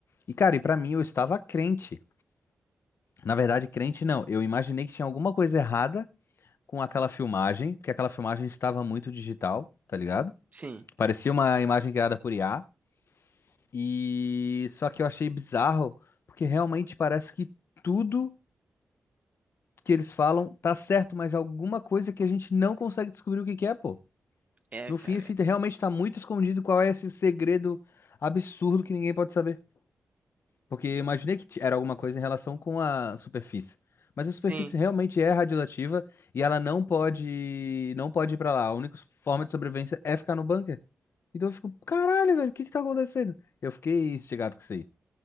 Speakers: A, on the left (about 70°); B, on the right (about 35°).
A: E cara, e pra mim eu estava crente. Na verdade, crente não. Eu imaginei que tinha alguma coisa errada com aquela filmagem, porque aquela filmagem estava muito digital, tá ligado?
B: Sim,
A: Parecia uma imagem criada por IA. E só que eu achei bizarro, porque realmente parece que tudo que eles falam tá certo, mas alguma coisa que a gente não consegue descobrir o que que é, pô.
B: é,
A: No
B: cara.
A: fim, assim, realmente tá muito escondido qual é esse segredo absurdo que ninguém pode saber. Porque eu
B: E-
A: imaginei que t- era alguma coisa em relação com a superfície. Mas a superfície
B: Sim.
A: realmente é radioativa e ela não pode, não pode ir pra lá. A única forma de sobrevivência é ficar no bunker. Então eu fico, caralho, velho, o que que tá acontecendo? Eu fiquei instigado com isso aí.